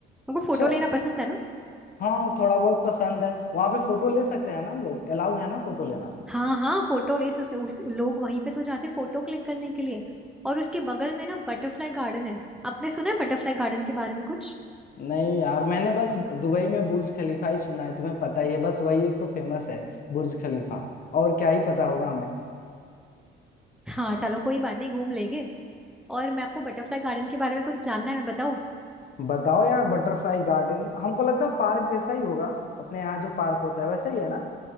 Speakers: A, in the centre; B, on the left.
A: हमको
B: अच्छा
A: फोटो लेना पसंद है ना
B: हाँ थोड़ा बहुत पसंद है वहां पे फोटो ले सकते हैं ना हम लोग अलाउ है ना फोटो लेना
A: हाँ हाँ फोटो ले सकते हैं। उस लोग वहीं पे तो जाते फोटो क्लिक करने के लिए और उसके बगल में ना बटरफ्लाई गार्डन है आपने सुना है बटरफ्लाई गार्डन के बारे में कुछ
B: नहीं यार मैंने बस दुबई में बुर्ज खलीफा ही सुना है तुम्हें पता ही है बस वही एक तो फेमस है बुर्ज खलीफा और क्या ही पता होगा हमें।
A: हाँ चलो कोई बात नहीं घूम लेंगे और मैं आपको बटरफ्लाई गार्डन के बारे में कुछ जानना है मैं बताओ
B: बताओ यार बटरफ्लाई गार्डन हमको लगता है पार्क जैसा ही होगा अपने यहाँ जो पार्क होता है वैसा ही है ना